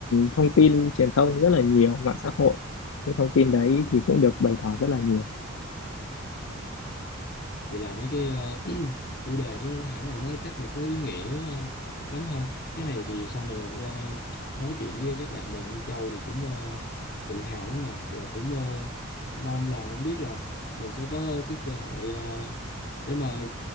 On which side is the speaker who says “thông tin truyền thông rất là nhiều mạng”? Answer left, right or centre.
Left